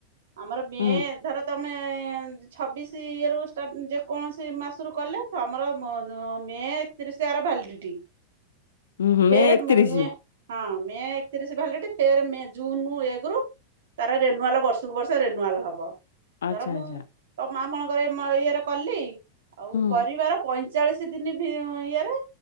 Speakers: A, on the right (about 60°); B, on the left (about 65°).
A: ଆମର ମେ
B: ହୁଁ
A: ଧର ତମ ଆମେ ଛବିଶି ଇଏରୁ ଷ୍ଟାର୍ଟ ଯେକୌଣସି ମାସରୁ କଲେ ତ ଆମର <unintelligible> ମେ ଏକତିରିଶି ଆର ଭାଲିଡିଟି।
B: ହୁଁ
A: ଫେରେ
B: ଏକତିରିଶ
A: ମେ ହଁ ମେ ଏକତିରିଶ ଭାଲିଡିଟି ଫେରେ ମେ ଜୁନ୍ ଏକରୁ ତାର ରେନୁୱାଲ ବର୍ଷକୁ ବର୍ଷ ରେନୁୱାଲ ହବ। ଧର
B: ଆଚ୍ଛା
A: ମୁଁ
B: ଆଚ୍ଛା
A: ତ <unintelligible> ଇଏରେ କଲି ଆଉ
B: ହୁଁ
A: କରିବାର ପଇଁଚାଳିଶି ଦିନ ଭି ଇଏରେ।